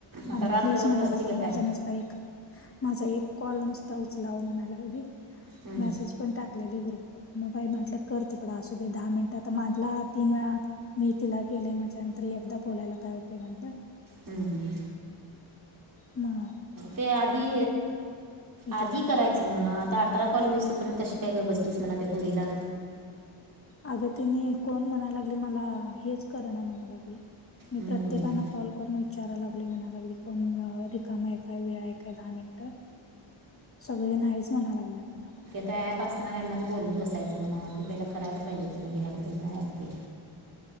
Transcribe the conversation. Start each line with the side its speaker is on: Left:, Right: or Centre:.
Left: आणि
Right: आता रात्रभर
Left: प्लीज म्हणालागली
Right: बसती का
Left: माझं
Right: काय
Left: नस म एक, माझा एक कॉल नुसता उचला म्हणाला लागली
Right: हम्म
Left: मा पण टाकलेली ग्रुप. मग बाई म्हटलं कर तिकड असू दे दहा मिनिट तर माला तीन वेळा मी तिला. केले म्हटल्यानंतर एकदा बोलायला काय होतेय म्हट.
Right: हम् हम्.
Left: <inaudible> मा
Right: ते आधी,
Left: मी
Right: आधी
Left: तिला
Right: करायचं म्हणा आ आता अठरा कॉल होईस पर्यंत कशी काय गप बसतीस मणा त्या पुरीला.
Left: अगतीनी कोण म्हणाय लागली मला हेच करना म्हणा लागली मी
Right: हम्म
Left: प्रत्य प्रत्येकांना कॉल करून विचाराय लागले म्हणा लागली कोण रिकाम आहे काय वेळ आहे काय दहा मिनिटं. सगळे नाहीच म्हणा लागल्यात म्हणाला.
Right: त्या ॲप असणार यांनाच बोलत बसायचं म्हणा आधी पहिला करायला पाहिजे ते नाही घ्यायला पाहिजे ना प ते.